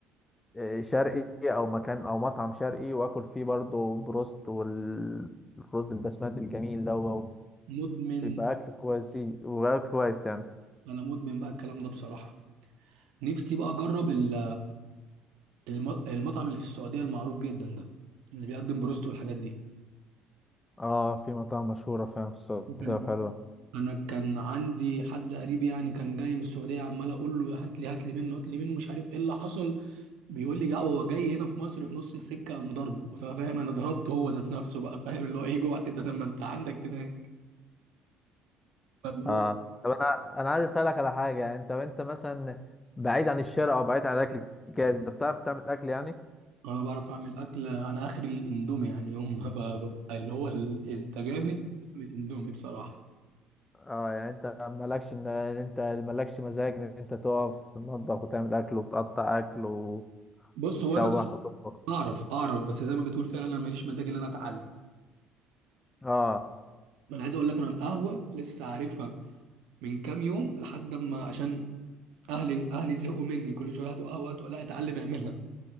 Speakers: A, on the left; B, on the right.
A: آه، شرقي او مكان او مطعم شرقي واكل فيه برضو بروست والرز البسمتي الجميل ده و-
B: مدمن
A: ويبقى اكل كويس ويبقى اكل كويس يعني
B: انا مدمن بقى الكلام ده بصراحه نفسي بقى اجرب ال- الم- المطعم اللي في السعوديه المعروف جدا ده اللي بيقدم بروست والحاجات دي
A: اه في مطاعم مشهوره فعلا في السعوديه
B: كان
A: وحلوه
B: انا كان عندي حد قريب يعني كان جاي من السعوديه عمال اقول له هات لي هات لي منه هات لي منه مش عارف ايه اللي حصل بيقول لي جا هو جاي هنا في مصر في نص السكه قام ضربه فاهم انا ضربته هو ذات نفسه بقى فاهم اللي هو ايه جوعت ده لما انت عندك هناك فاللي
A: اه
B: هو
A: طب انا انا عايز اسالك على حاجه يعني انت وانت مثلا بعيد عن الشارع او بعيد عن الاكل الجاهز انت بتعرف تعمل اكل يعني
B: انا بعرف اعمل اكل انا اخري الاندومي يعني يوم ما ب- ببقى اللي هو ال- انت جامد الاندومي بصراحه
A: اه يعني انت مالكش ان إن انت مالكش مزاج ان انت تقف في المطبخ وتعمل اكل وتقطع اكل و...
B: بص
A: وتشوح
B: هو انا
A: وتطبخ
B: اعرف اعرف بس زي ما بتقول فعلا انا ماليش مزاج ان انا اتعلم
A: اه
B: انا عايز اقول لك انا القهوه لسه عارفها من كام يوم لحد ما عشان اهلي اهلي زهقوا مني كل شويه هاتوا قهوه هاتوا لا اتعلم اعملها